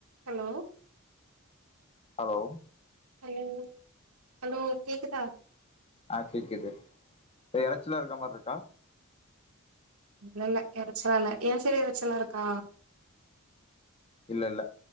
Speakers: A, on the right; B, on the left.
A: ஹலோ
B: ஹலோ
A: ஹலோ ஹலோ கேக்குதா
B: ஆ கேக்குது எறைச்சிலாருக்க மார்ருக்கா
A: இல்லல்ல எறச்சிலா இல்ல ஏ சைட் எறச்சலா இருக்கா
B: இல்ல இல்ல